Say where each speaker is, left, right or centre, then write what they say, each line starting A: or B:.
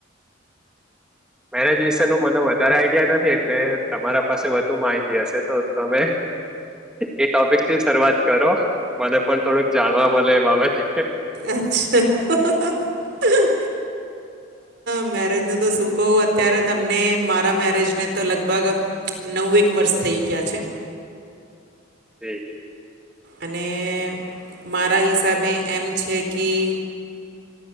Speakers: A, in the centre; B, on the right (about 60°).
A: મેરેજ વિશે નું મને વધારે આઈડિયા નથી એટલે તમારા પાસે વધુ માહિતી હશે. તો તમે. એ ટોપિક થી શરૂઆત કરો મને પણ થોડુંક જાણવા મલે એ બાબતે.
B: અચ્છા હા હા હા. મેરેજ નું તો શું કવું અત્યારે તમને મારા મેરેજ ને તો લગભગ નઉએક વર્ષ થઈ ગ્યા છે.
A: એ <unintelligible>
B: અને મારા હિસાબે એમ છે કી